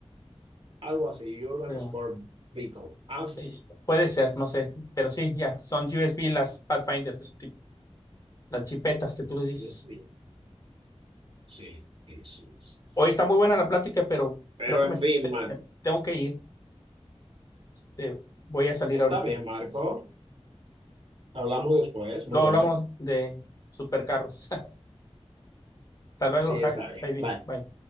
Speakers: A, on the right (about 55°); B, on the left (about 35°).
A: Algo así, Urban
B: Ya.
A: Sport Vehicle. Ah, sí.
B: Eh, Puede ser, no sé, pero sí, ya, son USB las Pathfinders de ese tipo, las chipetas que tú les
A: Sí,
B: dices.
A: Dios mío. sí, sí, sí.
B: Hoy está muy buena la plática, pero
A: Pero
B: creo que
A: en
B: me,
A: fin,
B: te-
A: Marco.
B: me tengo que ir. Este, voy a salir
A: Está
B: ahorita.
A: bien, Marco. Hablamos después. Muy
B: Luego
A: buena.
B: hablamos de supercarros. <laughs> Hasta luego,
A: Sí,
B: Jai-
A: está bien.
B: Javi.
A: Bye.
B: Bye.